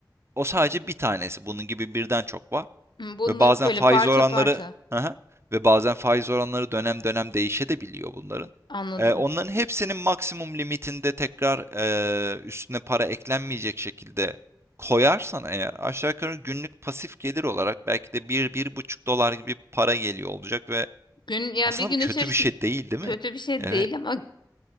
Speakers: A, on the right; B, on the left.
A: o sadece bir tanesi. Bunun gibi birden çok var
B: Hı, Bunları
A: ve bazen
B: böyle
A: faiz
B: parça
A: oranları
B: parça
A: Hı ve bazen faiz oranları dönem dönem değişebiliyor bunların.
B: anladım.
A: Eee, onların hepsinin maksimum limitinde tekrar eee, üstüne para eklenmeyecek şekilde koyarsan eğer aşağı yukarı günlük pasif gelir olarak belki de bir bir buçuk dolar gibi para geliyor olacak ve
B: Gün ya
A: aslında
B: bir gün
A: bu kötü
B: içerisinde
A: bir şey değil, değil
B: kötü
A: mi?
B: bir şey
A: Evet,
B: değil ama